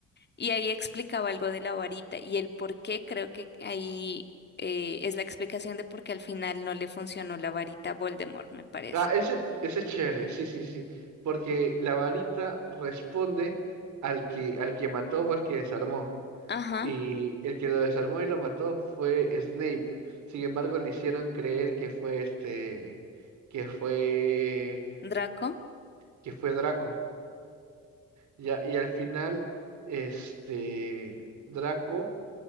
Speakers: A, on the left; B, on the right.
A: Y ahí explicaba algo de la varita y el por qué, creo que ahí eh, es la explicación de por qué al final no le funcionó la varita a Voldemort, me parece.
B: Ah, ese, ese es chévere, sí, sí, sí. sí, Porque la varita responde al que, al que mató o al que desarmó.
A: Ajá,
B: Y el que lo desarmó y lo mató fue Snape. Sin embargo, le hicieron creer que fue este, que fue,
A: Draco.
B: que fue Draco. Ya, y al final, este, Draco